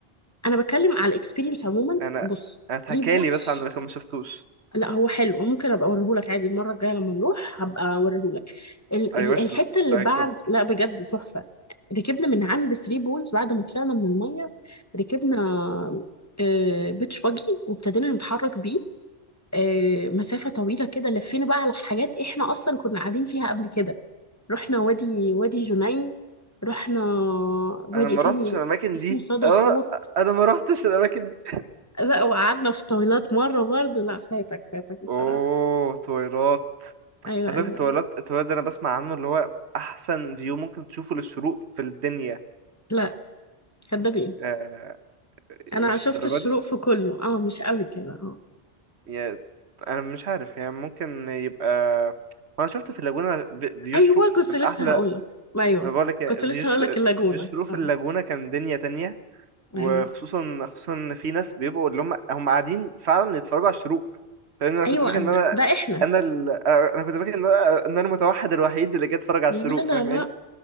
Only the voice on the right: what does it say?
انا
انا اتحكى
لي بس عن لكن ما شفتوش
اي
وش
ذات
اي
كود
انا ما
رحتش الاماكن
دي
انا
انا ما رحتش الاماكن دي
اوه تويلات
عايز
اقول التويلات
التويلات ده انا بسمع عنه اللي هو احسن فيو ممكن تشوفه للشروق في الدنيا
آه، يعني
مش
الدرجه
دي
يا انا مش عارف يعني ممكن يبقى انا شفت في اللاجونة في- بيشرق
من
احلى
انا بقول لك
فيوش
بيشرق في
اللاجونة كان دنيا تانية وخصوصا
خصوصا ان في ناس بيبقوا اللي هم هم قاعدين فعلا يتفرجوا على الشروق لان انا
كنت فاكر
ان انا
انا ال... انا كنت فاكر ان انا ان انا المتوحد الوحيد اللي جاي اتفرج على
الشروق
فاهماني